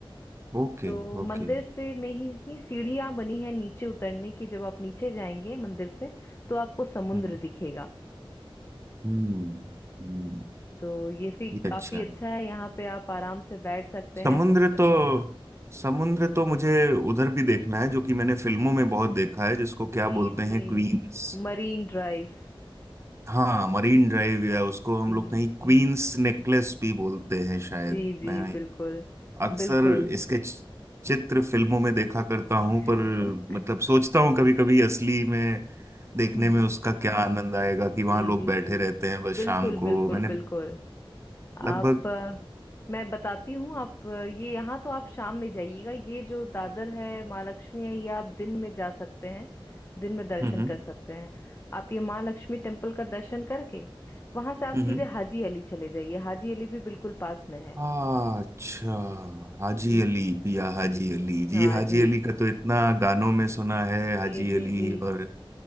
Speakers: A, on the right; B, on the left.
A: Okay
B: तो मंदिर
A: okay
B: से में ही, ही सीढ़ियां बनी है नीचे उतरने की जब आप नीचे जाएंगे मंदिर से तो आपको समुद्र
A: Hmm
B: दिखेगा
A: हम्म हम्म,
B: तो ये फिर
A: ये
B: काफी
A: अच्छा
B: अच्छा
A: है
B: है यहाँ पे आप आराम से बैठ सकते
A: समुद्र
B: हैं समुद्र
A: तो
B: की
A: समुद्र तो मुझे उधर भी देखना है जो कि मैंने फिल्मों में बहुत देखा है जिसको क्या
B: जी
A: बोलते
B: जी
A: हैं क्वींस
B: मरीन ड्राइव
A: हाँ मरीन ड्राइव या उसको हम
B: जी
A: लोग कहीं
B: जी
A: क्वींस नेकलेस भी बोलते हैं शायद
B: जी जी
A: मैं
B: बिल्कुल
A: अक्सर
B: बिल्कुल
A: इसके चि- चित्र फिल्मों में देखा करता हूं
B: <laughs>
A: पर मतलब सोचता हूँ कभी कभी असली में देखने
B: जी
A: में उसका क्या आनंद आएगा कि वहां
B: जी
A: लोग
B: जी
A: बैठे
B: जी
A: रहते हैं बस
B: बिल्कुल
A: शाम
B: बिल्कुल
A: को मैंने
B: बिल्कुल आप
A: लगभग
B: अ, मैं बताती हूँ आप अ, ये यहाँ तो आप शाम में जाइएगा ये जो दादर है माँ लक्ष्मी है ये आप दिन में जा सकते हैं दिन में दर्शन
A: हम्म
B: कर सकते हैं आप ये माँ लक्ष्मी टेम्पल का दर्शन करके वहां से आप
A: हम्म
B: सीधे
A: हम्म।
B: हाजी अली चले जाइए हाजी अली भी बिल्कुल पास में है
A: अच्छा हाजी
B: जी
A: अली पिया हाजी
B: जी
A: अली जी
B: हाँ
A: हाजी
B: जी
A: अली का तो इतना गानों में सुना है हाजी
B: जी जी
A: अली
B: जी
A: और